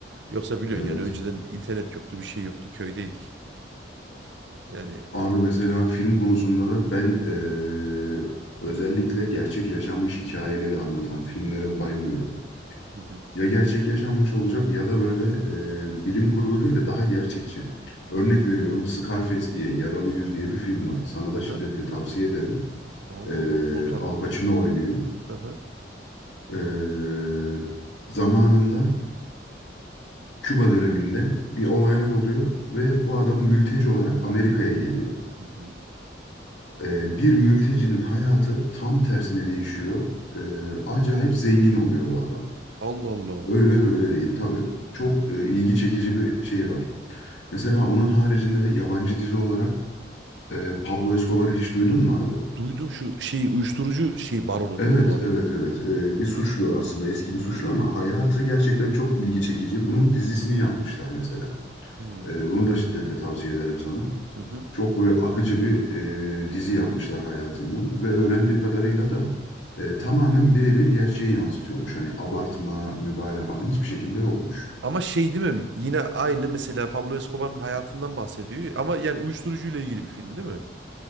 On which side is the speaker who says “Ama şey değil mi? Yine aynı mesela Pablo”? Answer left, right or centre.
Right